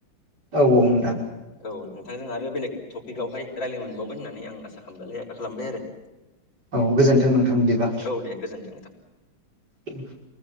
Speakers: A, on the right (about 55°); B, on the left (about 75°).
A: औ औ नोंथां
B: औ नोंथांजों आरो बेलेग टपिकावहाय रायज्लाय मोनबावगोन होननानै आं आसा खालामलाय खालामबाय आरो। <inaudible>
A: औ गोजोन्थों नोंथां बिदिबा।
B: औ दे गोजोन्थों नोंथां
A: <inaudible>